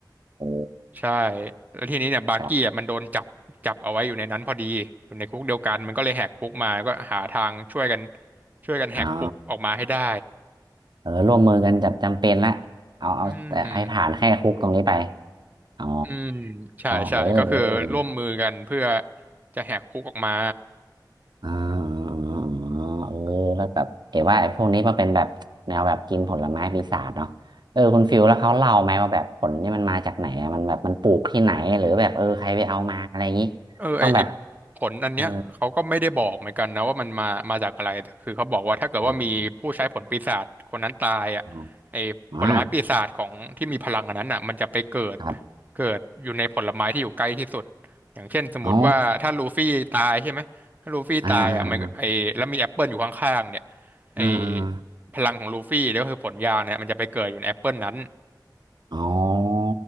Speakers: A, on the right; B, on the right.
A: เออ
B: ใช่แล้วทีนี้เนี่ยบาร์กี้อ่ะมันโดนจับจับเอาไว้อยู่ในนั้นพอดีอยู่ในคุกเดียวกันมันก็เลยแหกคุกมาก็หาทางช่วยกัน
A: ครับ
B: ช่วยกันแหกคุกออกมาให้ได้
A: อ๋อเออร่วมมือกันจับจำเป็นละเอาเอาแต่ให้ผ่านแค่คุกตรงนี้ไป
B: อืม
A: อ๋อ
B: อืมใช่ใช่ก็คือร่วมมือกันเพื่อ
A: เออเออ
B: จะแหกคุกออกมา
A: อ่าเออเออแล้วแบบเอ๋ว่าไอ้พวกนี้มันเป็นแบบแนวแบบกินผลไม้ปีศาจเนาะเออคุณฟิลแล้วเขาเล่าไหมว่าแบบผลนี่มันมาจากไหนอะมันแบบมันปลูกที่ไหนหรือแบบเออใครไปเอามาอะไรอย่างนี้
B: เออไอไอ
A: ต้องแบบ
B: ผลอันเนี้ยเขาก็ไม่ได้บอกเหมือนกันนะว่ามันมามาจากอะไรแต่คือเขาบอกว่าถ้าเกิดว่ามีผู้ใช้ผลปีศาจคนนั้นตายอ่ะไอผลไม้ปีศาจของที่มีพลังอันนั้นอ่ะมันจะไปเกิด
A: เออ อืมอืมอ๋ออ่าครับ
B: เกิดอยู่ในผลไม้ที่อยู่ใกล้ที่สุดอย่างเช่นสมมติว่าถ้าลูฟี่ตายใช่ไหมถ้าลูฟี่ตายอ่ะมันไอแล้วมีแอปเปิลอยู่ข้างๆเนี่ย
A: อ๋ออ่า
B: ไอ
A: อ่าอ่าอ่า
B: พลังของลูฟี่เนี่ยก็คือผลยาเนี่ยมันจะไปเกิดอยู่ในแอปเปิลนั้น
A: อ๋อ